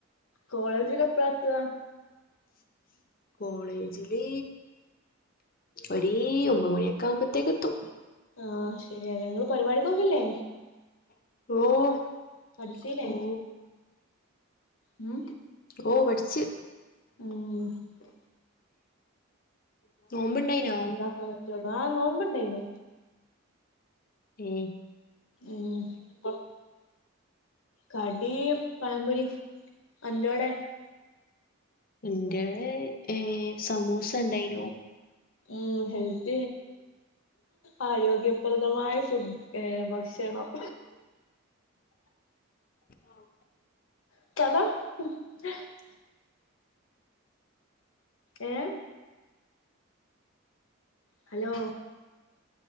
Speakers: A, on the left; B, on the left.
A: കോളേജി ലാപ്പഴാ യെത്ത
B: കോളേജില് ഒ ഒമ്പ മണിയ ക്കാമ്പത്തേക്കത്തും
A: ആഹ് ശരിയല്ല നിങ്ങള്ൾ പരിപാടക്ക്ക്കല്ലേ
B: ഓ
A: പഠിച്ചില്ലേ
B: ഓ
A: ഉം
B: ഓ പടിച്ച്
A: ഉം <unintelligible>
B: നോമ്പുണ്ടായിനോ
A: ആഹ നോമ്പണ്ടായിനു
B: ഉം.
A: ഉം അ കടി പഴപൊരി അന്ടോടെ
B: എന്റെ ഏ സമൂസ ഉണ്ടായിനരുന്നു
A: ഉം ഹൽദ ആ ആരോഗ്യപ്രദമായ ഫുഡ് ഏ ഭക്ഷണം
B: ആഹ്
A: <unintelligible> ഏ ഹലോ